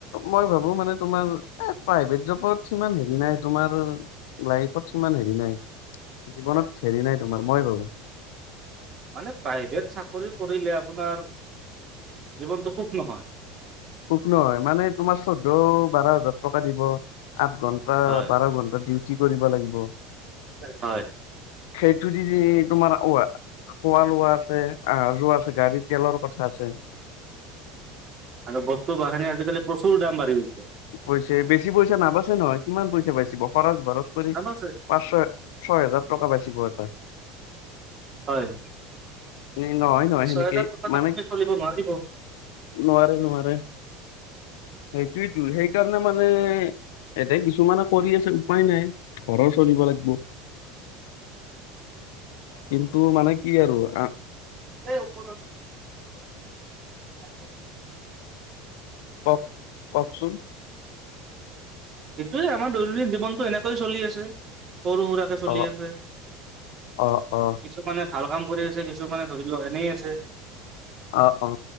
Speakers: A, on the left (about 80°); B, on the right (about 30°).
A: মই ভাবো মানে তোমাৰ প্ৰাইভেট জবত সিমান হেৰি নাই, তোমাৰ লাইফত সিমান হেৰি নাই। জীৱনত হেৰি নাই তোমাৰ মই ভাবো।
B: মানে প্ৰাইভেট চাকৰি কৰিলে আপোনাৰ জীৱনটো সুখ নহয়।
A: সুখ নহয় মানে তোমাৰ চৈধ্য ও বাৰ হাজাৰ টকা দিব। আঠ ঘন্টা,
B: হয়,
A: বাৰ ঘন্টা ডিউটি কৰিব লাগিব।
B: হয়।
A: সেইতো দি দি তোমাৰ অৱা খোৱা লোৱা আছে, আহা যোৱা আছে, গাড়ীৰ তেলৰ কথা আছে।
B: আৰু বস্তু বাহানী আজিকালি প্ৰচুৰ দাম বাঢ়ি গৈছে।
A: হৈছে। বেছি পইচা নাবাছে নহয় কিমান পইচা বাচিব! খৰচ বৰচ কৰি
B: দাম আছে।
A: পাঁচ ছয় - ছয় হেজাৰ টকা বাচিব এটা।
B: হয়।
A: নি নহয় নহয়
B: ছহেজাৰ
A: সেনেকে
B: টকাত
A: মানে,
B: আপুনি চলিব নোৱাৰিব।
A: নোৱাৰে নোৱাৰে। সেইটোইতো সেইকাৰণে মানে এতে কিছুমানে কৰি আছে‌ উপায় নাই ঘৰৰ চলিব লাগব। কিন্তু মানে কি আৰু আ
B: <unintelligible>
A: কক, ককচোন?
B: সেইটোয়ে আমাৰ দৈনন্দিন জীৱনটো এনেকৈ চলি আছে সৰু সুৰাকে চলি
A: অ
B: আছে।
A: অ অ
B: কিছুমানে ভাল কাম কৰি আছে কিছু মানে ধৰি লওক এনেই আছে
A: আহ অ